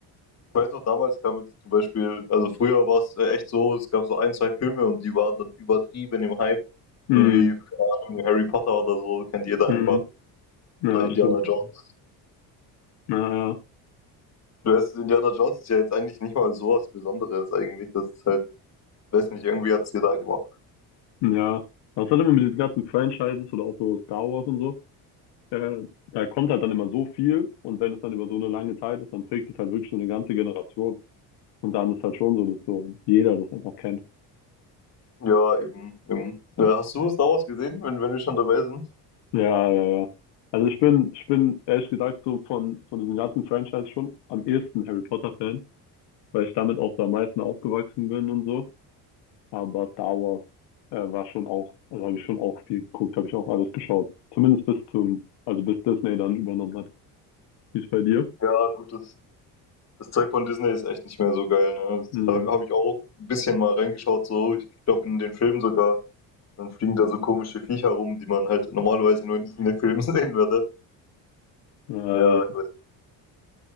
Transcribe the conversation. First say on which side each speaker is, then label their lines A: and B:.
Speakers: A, on the left; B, on the left.
A: Ich weiß noch, damals kam jetzt zum Beispiel, also früher war es äh, echt so, es gab so ein, zwei Filme und die waren dann übertrieben im Hype.
B: Mhm.
A: So wie, keine Ahnung, Harry Potter oder so, kennt jeder
B: Mhm.
A: einfach.
B: Ja,
A: Oder Indiana
B: stimmt.
A: Jones.
B: Ja, ja.
A: Du weißt, Indiana Jones ist ja jetzt eigentlich nicht mal so was Besonderes eigentlich. Das ist halt, weiß nicht, irgendwie hat's jeder gemacht.
B: Ja. Was hat immer mit diesen ganzen Franchises oder auch so Star Wars und so? Äh, da kommt halt dann immer so viel und wenn es dann über so eine lange Zeit ist, dann prägt es halt wirklich so eine ganze Generation. Und dann ist halt schon so, dass so jeder das einfach kennt.
A: Ja, eben, eben. Ja, hast du Star Wars gesehen, wenn, wenn wir schon dabei sind?
B: Ja, ja, ja. Also ich bin, ich bin ehrlich gesagt so von, von diesem ganzen Franchise schon am ehesten Harry Potter Fan, weil ich damit auch so am meisten aufgewachsen bin und so. Aber Star Wars äh, war schon auch, also habe ich schon auch viel geguckt, habe ich auch alles geschaut. Zumindest bis zum, also bis Disney dann übernommen hat. Wie ist bei dir?
A: Ja, gut, das das Zeug von Disney ist echt nicht mehr so geil. Ne?
B: Mhm.
A: Da habe ich auch ein bisschen mal reingeschaut, so. Ich glaube, in den Filmen sogar. Dann fliegen da so komische Viecher rum, die man halt normalerweise nur in diesen Filmen <laughs> sehen würde.
B: Äh,
A: Ja, ich weiß.